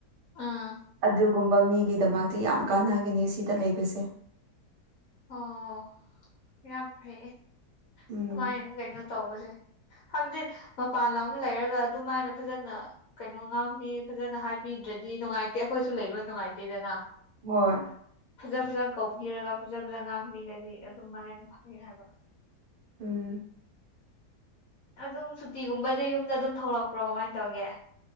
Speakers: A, on the left; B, on the right.
A: ꯑꯥ
B: ꯑꯗꯨꯒꯨꯝꯕ ꯃꯤꯒꯤꯗꯃꯛꯇꯤ ꯌꯥꯝ ꯀꯥꯟꯅꯒꯅꯤ ꯁꯤꯗ ꯂꯩꯕꯁꯦ
A: ꯑꯣ ꯌꯥꯝ ꯐꯩꯌꯦ
B: ꯎꯝ
A: ꯑꯗꯨꯃꯥꯏꯅ ꯀꯩꯅꯣ ꯇꯧꯕꯁꯦ ꯘꯥꯏꯕꯗꯤ ꯃꯄꯥꯟ ꯂꯝꯗ ꯂꯩꯔꯒ ꯑꯗꯨꯃꯥꯏꯅ ꯐꯖꯅ ꯀꯩꯅꯣ ꯉꯥꯝꯃꯤ ꯐꯖꯅ ꯍꯥꯏꯕꯤꯗ꯭ꯔꯗꯤ ꯅꯨꯡꯉꯥꯏꯇꯦ ꯑꯩꯈꯣꯏꯁꯨ ꯂꯩꯕ ꯅꯨꯡꯉꯥꯏꯇꯦꯗꯅ
B: ꯍꯣꯏ
A: ꯐꯖ ꯐꯖꯅ ꯀꯧꯕꯤꯔꯒ ꯐꯖ ꯐꯖ ꯉꯥꯡꯕꯤꯔꯗꯤ ꯑꯗꯨꯃꯥꯏꯅ ꯐꯉ ꯍꯥꯏꯕ
B: ꯎꯝ
A: ꯑꯗꯨꯝ ꯁꯨꯇꯤꯒꯨꯝꯕꯗꯤ ꯌꯨꯝꯗ ꯑꯗꯨꯝ ꯊꯣꯛꯂꯛꯄ꯭ꯔꯣ ꯀꯃꯥꯏꯅ ꯇꯧꯒꯦ